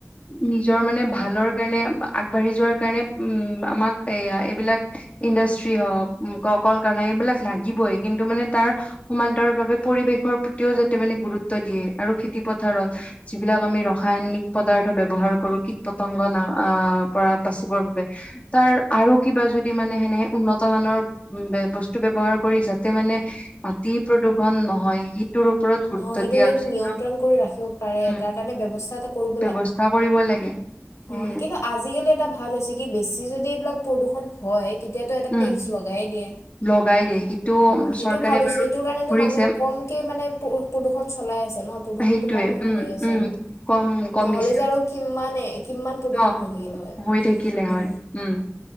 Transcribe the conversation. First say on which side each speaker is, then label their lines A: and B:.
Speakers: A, on the left (about 30°); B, on the left (about 85°).
A: নিজৰ মানে ভালৰ কাৰণে আগবাঢ়ি যোৱাৰ কাৰণে উম আমাক এয়া এইবিলাক ইণ্ডাষ্ট্ৰি হওক কলকাৰণা এইবিলাক লাগিবই কিন্তু মানে তাৰ সমান্তৰাল বাবে পৰিৱেশৰ প্ৰতিও যাতে মানে গুৰুত্ব দিয়ে আৰু খেতিপথাৰত যিবিলাক আমি ৰাসায়নিক পদাৰ্থ ব্যৱহাৰ কৰো কীট পতংগৰ না আ পৰা বাচিবৰ বাবে তাৰ আৰু কিবা যদি মানে এনেহেন উন্নত মানৰ বে বস্তু ব্যৱহাৰ কৰিছে যা তে মানে মাটি প্ৰদূষণ নহয় সি তোৰ ওপৰত গুৰুত্ব
B: অ সেইটো
A: দিয়া
B: যদি
A: উচিত
B: নিয়ন্ত্ৰণ কৰি ৰাখিব পাৰে
A: উম
B: তাৰ কাৰণে ব্যৱস্থাটো কৰি
A: ব্যৱস্থা কৰিব লাগে
B: অ
A: উম,
B: কিন্তু আজিকালি এটা ভাল হৈছে কি বেছি যদি এইবিলাক প্ৰদূষণ হয় তেতিয়াতো এটা
A: উম,
B: টেক্স লগাইয়ে দিয়ে
A: লগাই দিয়ে সেইটো
B: অ সেইটো
A: চৰকাৰে
B: ভাল হৈছে,
A: বাৰু
B: সেইটো কাৰণেতো
A: কৰিছে
B: মানুহে কমকে মানে প্ৰ প্ৰদূষণ চলাই আছে ন প্ৰদূষণটো
A: সেইটোৱে
B: কম হে
A: উম,
B: হৈ আছে
A: উম,
B: আৰু
A: কম কমিছে
B: নহ'লে যে আৰু কিমানে কিমান প্ৰদূষণ
A: ন'
B: হৈ থাকিল হয়।
A: হৈ থাকিলে হয় উম।